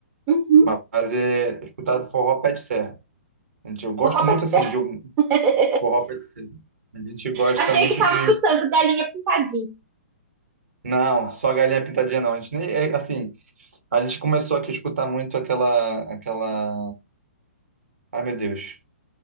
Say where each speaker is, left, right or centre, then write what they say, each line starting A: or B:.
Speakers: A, on the right; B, on the right.
A: Uhum.
B: mas é escutado forró pé de serra. A gente, eu gosto
A: O Robert
B: muito assim
A: Serra.
B: de um
A: <laughs>
B: forró pé de serra. A gente gosta
A: Achei
B: muito
A: que tava
B: de
A: escutando Galinha Pintadinha.
B: não, só galinha pintadinha não. A gente nem, é, assim, a gente começou aqui a escutar muito aquela, aquela. Ai, meu Deus.